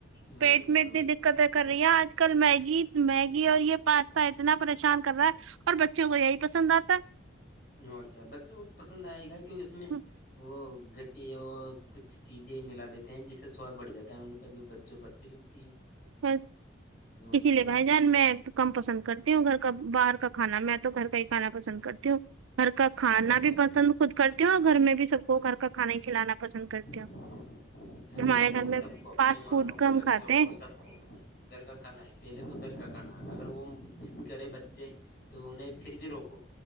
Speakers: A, on the left; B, on the right.
A: ہاں
B: پیٹ میں اتنی
A: اس
B: د قدر کر رہی آج کل میگی میگی اور یہ پاستا اتنا پریشان کر رہا ہے اور بچوں کو یہی پسند آتا
A: اور کیا بچے وہ تو پسند آئے گا کیہ اس میں
B: ہے
A: وہ گٹی اور کچھ چیزیں ملا دیتے ہیں جس سے سواد بڑھ جاتا ہے ان کا جو بچوں کو اچھی لگتی ہے
B: بس۔
A: اور
B: اسی
A: کیا
B: لیے بھائی جان میں کم پسند کرتی ہوں گھر کا باہر کا کھانا میں تو گھر کا ہی کھانا پسند کرتی ہوں گھر کا کھانا
A: اور
B: بھی
A: کیا
B: پسند خود کرتی ہوں اور گھر میں بھی سب کو گھر کا کھانا ہی کھلانا پسند کرتی ہوں
A: <inaudible> نہیں
B: ہمارے
A: صحیح
B: گھر
A: ہے
B: میں
A: سب کو
B: فاسٹ
A: مہمانوں
B: فوڈ کم
A: کو بچوں
B: کھاتے
A: کو
B: ہیں
A: سب گھر کا کھانا ہے پہلے تو گھر کا کھانا اگر وہ ضد کرے بچے تو انہیں پھر بھی روکو